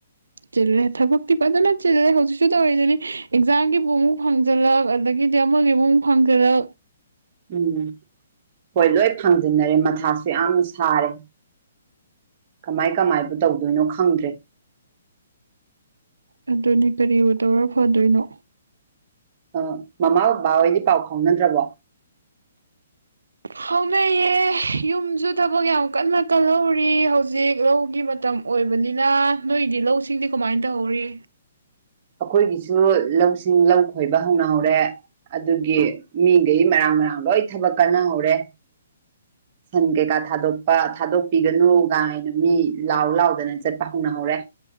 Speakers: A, on the right; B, on the right.
A: ꯆꯤꯜꯂꯦ ꯊꯕꯛꯇꯤ ꯐꯖꯅ ꯆꯤꯜꯂꯦ ꯍꯧꯖꯤꯛꯁꯨ ꯇꯧꯔꯤꯁꯤꯅꯤ ꯑꯦꯛꯖꯥꯝꯒꯤꯕꯨ ꯑꯃꯨꯛ ꯍꯪꯖꯤꯜꯂꯛ ꯑꯗꯒꯤ ꯁꯤꯗꯤ ꯑꯃꯒꯤ ꯃꯨꯡ ꯐꯪꯗꯦꯗ
B: ꯎꯝ ꯍꯣꯏ ꯂꯣꯏ ꯐꯪꯖꯤꯟꯅꯔꯦ ꯃꯊꯥꯁꯨ ꯌꯥꯝ ꯁꯥꯔꯦ ꯀꯃꯥꯏ ꯀꯃꯥꯏꯕꯨ ꯇꯧꯗꯣꯏꯅꯣ ꯈꯪꯗ꯭ꯔꯦ
A: ꯑꯗꯨꯅꯤ ꯀꯔꯤ ꯑꯣꯏ ꯇꯧꯔ ꯐꯗꯣꯏꯅꯣ
B: ꯑ ꯃꯃꯥ ꯕꯕꯥ ꯍꯣꯏꯗꯤ ꯄꯥꯎ ꯐꯥꯎꯅꯗ꯭ꯔꯕꯣ
A: ꯍꯧꯅꯩꯌꯦ ꯌꯨꯝꯁꯨ ꯊꯕꯛ ꯌꯥꯝ ꯀꯟꯅ ꯀꯜꯍꯧꯔꯤ ꯍꯧꯖꯤꯛ ꯂꯧꯒꯤ ꯃꯇꯝ ꯑꯣꯏꯕꯅꯤꯅ ꯅꯣꯏꯗꯤ ꯂꯧꯁꯤꯡꯗꯤ ꯀꯃꯥꯏꯅ ꯇꯧꯍꯧꯔꯤ
B: <inaudible> ꯑꯩꯈꯣꯏꯒꯤꯁꯨ ꯂꯧꯁꯤꯡ ꯂꯧ ꯈꯣꯏꯕ ꯍꯧꯅꯍꯧꯔꯦ ꯑꯗꯨꯒꯤ ꯃꯤꯈꯩ ꯃꯔꯥꯡ ꯉꯥꯡ ꯂꯣꯏ ꯊꯕꯛ ꯀꯥꯟꯟꯅꯍꯧꯔꯦ ꯁꯟ ꯀꯩꯀꯥ ꯊꯥꯗꯣꯛꯄ ꯊꯥꯗꯣꯛꯄꯤꯒꯅꯨꯒꯥꯏꯅ ꯃꯤ ꯂꯥꯎ ꯂꯥꯎꯗꯅ ꯆꯠꯄ ꯍꯧꯅꯍꯧꯔꯦ